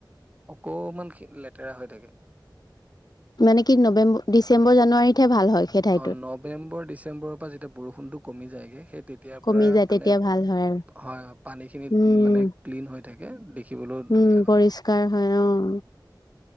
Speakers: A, on the right; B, on the left.
A: অকমানখিনি লে লেটেৰা হৈ থাকে।
B: মানে কি নৱেম্ব ডিচেম্বৰ জানুৱাৰীতহে ভাল হয় সেই ঠাইটোত
A: অ নৱেম্বৰ ডিচেম্বৰৰ পৰা যেতিয়া বৰষুণটো কমি যায়গে সেই তেতিয়াৰ পৰা
B: কমি যায়
A: মানে
B: তেতিয়া ভাল হয় আৰু
A: হা পানী খিনি
B: উম
A: মানে ক্লিন হয় তাকে দেখিবলৈও দেখ ধুনীয়া
B: উম, পৰিষ্কাৰ হয় অঁ।